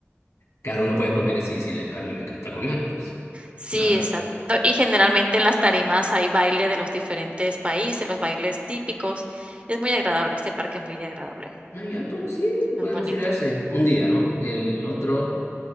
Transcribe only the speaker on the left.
claro, uno puede comer, sí, sí, le- a mí me encanta comer, pues.
Claro.
Ah, ya, entonces sí,
podemos
ir a ese un día, ¿no? Y el otro,